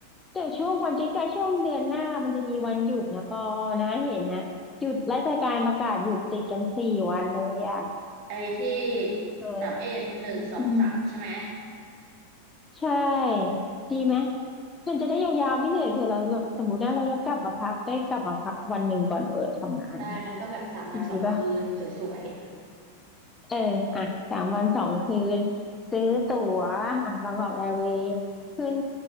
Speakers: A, on the left (about 15°); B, on the right (about 45°).
A: เดี๋ยวช่วงวันใกล้ๆช่วงเดือนหน้ามันจะมีวันหยุดนะปอนะเห็นนะหยุดราชการประกาศหยุดติดกันสี่วันเลยอ่ะ
B: ไอ้ที่
A: เออ
B: สามเอ็ดหนึ่งสองสามใช่ไหม
A: อืมใช่ดีไหมมันจะได้ยาวๆไม่เหนื่อยเผื่อเราแบบสมมตินะเราจะกลับมาพักได้กลับมาพักวันหนึ่งก่อนเปิดทำงาน
B: ได้นั้นก็แบบสามวันสองคืนสวย
A: ดีป่ะ เอออ่ะ สามวันสองคืน ซื้อตั๋วอ่ะบางกอกแอร์เวย์ขึ้น